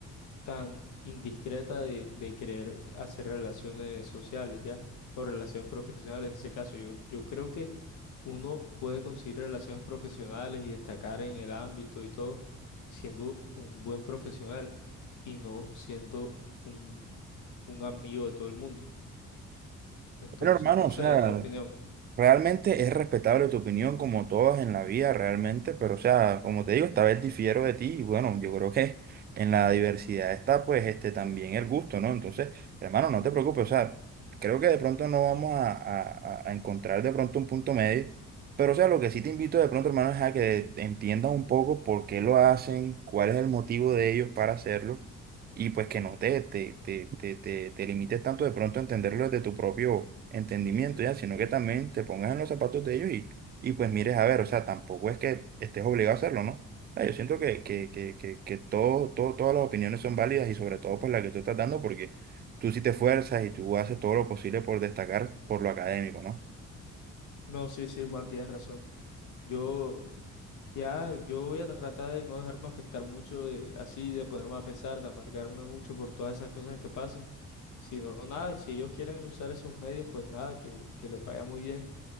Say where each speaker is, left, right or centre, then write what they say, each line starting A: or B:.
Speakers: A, on the left; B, on the right.
A: tan indiscreta de, de querer hacer relaciones sociales, ¿ya? O relaciones profesionales en ese caso. Yo, yo creo que uno puede conseguir relaciones profesionales y destacar en el ámbito y todo siendo un buen profesional y no siendo un, un amigo de todo el mundo. Entonces,
B: Bueno, hermano,
A: no
B: o
A: sé,
B: sea,
A: es mi opinión.
B: Realmente es respetable tu opinión, como todas en la vida, realmente, pero o sea, como te digo, esta vez difiero de ti y bueno, yo creo que en la diversidad está pues este también el gusto, ¿no? Entonces, hermano, no te preocupes, o sea, creo que de pronto no vamos a, a- a- a encontrar de pronto un punto medio, pero o sea, lo que sí te invito de pronto, hermano, es a que entiendas un poco por qué lo hacen, cuál es el motivo de ellos para hacerlo y pues que no te, te, te, te, te, te limites tanto de pronto a entenderlo desde tu propio entendimiento, ya, sino que también te pongas en los zapatos de ellos y, y pues mires a ver, o sea, tampoco es que estés obligado a hacerlo, ¿no? Ah, Yo siento que, que, que, que, que todo, todo, todas las opiniones son válidas y sobre todo por la que tú estás dando, porque tú sí te esfuerzas y tú haces todo lo posible por destacar por lo académico, ¿no?
A: No, sí, sí, Juan, tienes razón. Yo ya, yo voy a tratar de no dejarme afectar mucho, de- así, de ponerme a pensar, de amargarme mucho por todas esas cosas que pasen Si no, nada, si ellos quieren usar esos medios, pues nada, que, que les vaya muy bien.